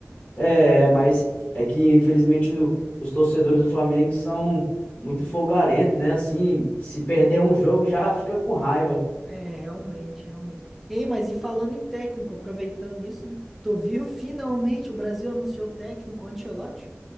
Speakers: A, on the left; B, in the centre.
A: é, mas é que infelizmente no- os torcedores do Flamengo são muito folgarentos, né? Assim, se perder um jogo já fica com raiva.
B: É, realmente, realmente. Ei, mas e falando em técnico, aproveitando isso, né? Tu viu finalmente o Brasil anunciou o técnico Ancelotti?